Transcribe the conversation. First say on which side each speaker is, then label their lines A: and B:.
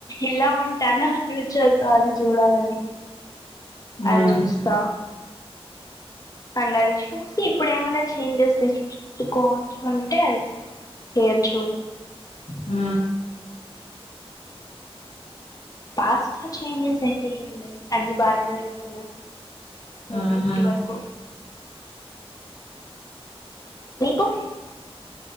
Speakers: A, on the left; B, on the left.
A: ఎలా ఉంటానో ఫ్యూచర్ లో అది చూడాలని
B: మ్మ్
A: అది చుస్త <unintelligible> ఇప్పుడు ఏమైనా చేంజెస్ తెచ్చుకోవచ్చు అంటే అది చేయొచ్చు
B: హు
A: పాస్ట్ లో చేంజెస్ అయితే <unintelligible> అన్ని బానే జరుగుతున్నాయి
B: మ్మ్
A: ఎస్ ఇప్పటి వరుకు మీకు